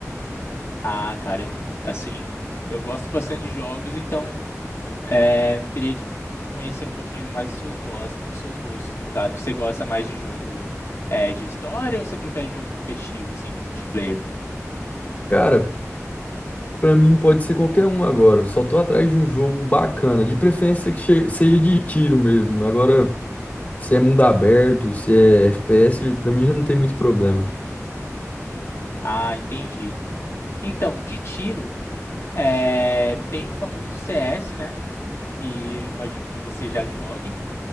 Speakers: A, on the left; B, on the left.
A: Ah, cara, eu, assim, eu gosto bastante de jogos, então é, teria que conhecer um pouquinho mais dos seus gostos, dos seus gostos, no caso. Você gosta mais de jogo é, de história ou você prefere jogo competitivo, assim, multiplayer?
B: Cara, pra mim pode ser qualquer um agora. Só tô atrás de um jogo bacana, de preferência que che- seja de tiro mesmo. Agora, se é mundo aberto, se é FPS, pra mim já não tem muito problema.
A: Ah, entendi. Então, de tiro, é, tem o famoso CS, né? Que eu imagino que você já jogue.